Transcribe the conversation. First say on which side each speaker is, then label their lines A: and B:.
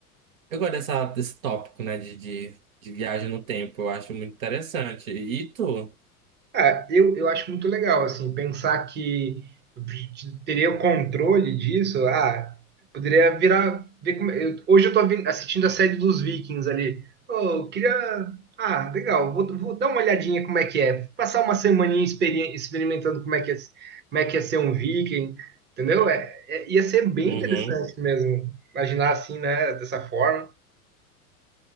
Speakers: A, on the right (about 60°); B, on the right (about 25°).
A: eu gosto dessa, desse tópico, né? De, de, de viagem no tempo. Eu acho muito interessante. E tu?
B: Ah, eu, eu acho muito legal, assim, pensar que eu teria o controle disso, ah, poderia virar, ver como, eu- hoje eu tô vi- assistindo a série dos Vikings ali, oh, eu queria, ah, legal, vou, vou dar uma olhadinha como é que é, passar uma semaninha experi- experimentando como é que é, como é que é ser um Viking, entendeu? É, é- ia ser bem
A: Uhum.
B: interessante mesmo, imaginar assim, né, dessa forma.